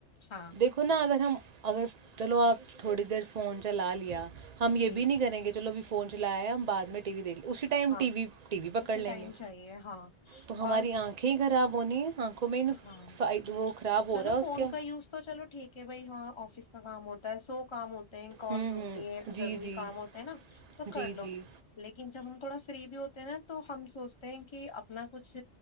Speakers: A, on the left; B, on the right.
A: ہاں
B: دیکھو نا اگر ہم اگر چلو آپ تھوڑی دیر فون چلا لیا ہم یہ
A: جی
B: بھی نہیں کریں گے چلو ا فون چلایا ہم بع میں وی دیکھے اسی ٹائم
A: ہاں
B: ٹی وی ٹی وی پکڑ
A: اسی
B: لیں
A: ٹائم
B: گے
A: چاہیے ہاں
B: تو ہماری
A: اور
B: آنکھیں ہی خراب ہونی ہیں آنکھوں میں ہی نق-
A: ہاں
B: وہ خراب ہو
A: چلو
B: رہا ہے
A: فون
B: اس کے
A: کا یوز تو چلو ٹھیک ہے بھائی ہاں آفس کام ہوتا ہے سو کام ہوتا کال
B: ہوں
A: ہوتی
B: ہوں
A: ہیں
B: جی
A: ضروری
B: جی
A: کام ہوتے ہیں نا تو
B: جی
A: کر لو
B: جی
A: لیکن جب ہم تھوڑا فری بھی ہوتے ہیں نا تو ہم سوچتے ہیں کہ اپنا کچھ